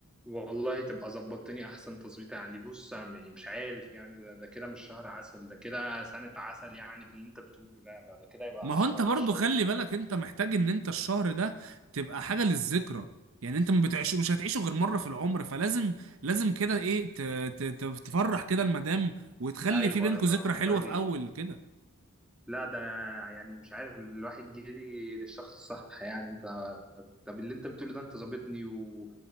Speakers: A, in the centre; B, on the right (about 70°).
A: والله تبقى ظبطتني احسن تظبيطه يعني بص يعني مش عارف يعني ده, ده كده مش شهر عسل ده كده سنة عسل يعني باللي انت بتقوله ده ده, ده كده يبقى
B: ما
A: 10
B: هو أنت
A: على
B: برضه
A: 10
B: خلي بالك أنت محتاج إن أنت الشهر ده تبقى حاجة للذكرى يعني أنت ما بتعيش مش هتعيشه غير مرة في العمر فلازم لازم كده إيه ت- ت- ت- تفرح كده المدام وتخلي
A: ايوه
B: في بينكوا
A: ايوه
B: ذكرى حلوة
A: والله
B: في أول كده
A: لا ده انا يعني مش عارف الواحد جري للشخص الصح يعني انت طب اللي انت بتقوله ده انت ظابطني و...